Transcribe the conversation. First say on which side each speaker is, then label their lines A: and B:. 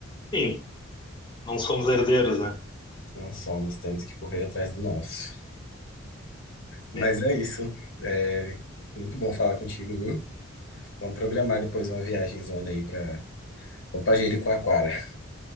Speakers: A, on the left; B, on the left.
A: Enfim, não somos herdeiros, né?
B: Não somos, temos que correr atrás do nosso. Mas
A: É.
B: é isso. É muito bom falar contigo, viu? Vamos programar depois uma viagem zona aí pra. Vamos pra Jericoacoara. <laughs>